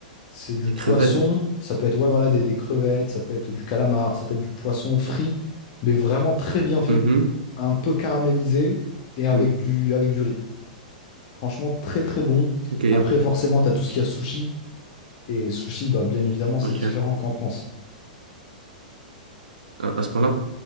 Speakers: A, on the left; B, on the right.
A: c'est du
B: Les
A: poisson.
B: crevettes.
A: Ça peut être ouais, voilà, des, des crevettes, ça peut être du calamar, ça peut être du poisson frit, mais vraiment très bien fait,
B: Mhm.
A: un peu caramélisé et avec
B: Mm.
A: du, avec du riz. Franchement, très très bon.
B: Ok, y
A: Après,
B: a-
A: forcément, tu as tout ce qu'il y a sushi. Et sushi, bah, bien évidemment, c'est
B: ok.
A: différent qu'en France.
B: À, à ce point-là,